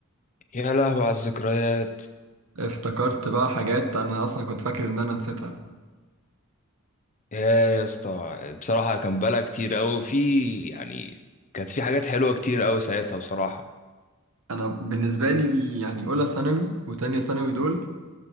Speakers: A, on the left (about 35°); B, on the right (about 70°).
A: يا لهوي على الذكريات
B: افتكرت بقى حاجات انا اصلا كنت فاكر ان انا نسيتها
A: يا يا اسطى بصراحه كان بلا كتير قوي في يعني كانت في حاجات حلوه كتير قوي ساعتها بصراحه
B: انا بالنسبة لي دي يعني اولى ثانوي وتانية ثانوي دول